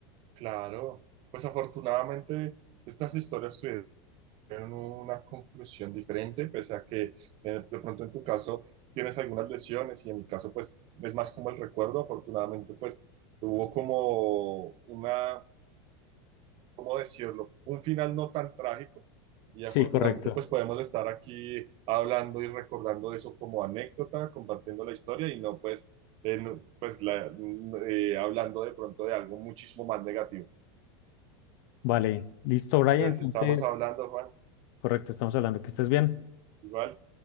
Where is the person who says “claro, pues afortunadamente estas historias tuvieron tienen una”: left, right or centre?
Right